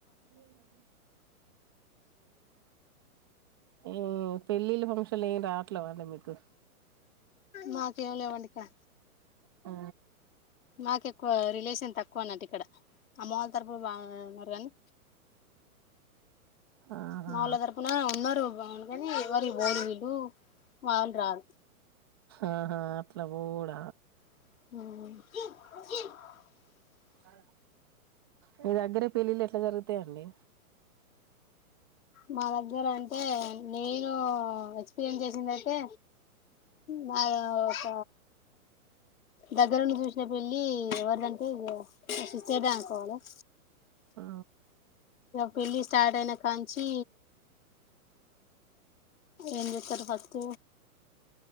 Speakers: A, on the right; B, on the left.
A: అవునా ఏ పళ్లి ఫంక్షలు ఏం రావట్లే అండి మీకు
B: మాకేం లేవండి ఇక్కడ
A: ఆ
B: నాకు ఎక్కువ రిలేషన్ తక్కువ అన్నట్టు ఇక్కడ అమ్మ వాళ్ళ తరపు బాగున్నారు కానీ
A: ఆహా
B: మా వాళ తరపున ఉన్నారు కానీ ఎవరికి పోరు వీళ్లు వాళ్ళు రారు
A: ఆహా అట్లా కూడాడ
B: ఆ
A: అ మీ దగ్గరే పెళ్లిలి ఎ జరుతే అండి
B: మా దగ్గర అంటే నే నేను ఎక్స్పీరియన్స్ చేసిందియితే నా ఒక దగ్గరుండి చూసినా వెళ్ళి వర్ళంటేడా కాలజ
A: ఆ
B: పెళ్లి స్టార్ట్ అయినా కా చీ ఏం చెస్తారు ఫస్ట్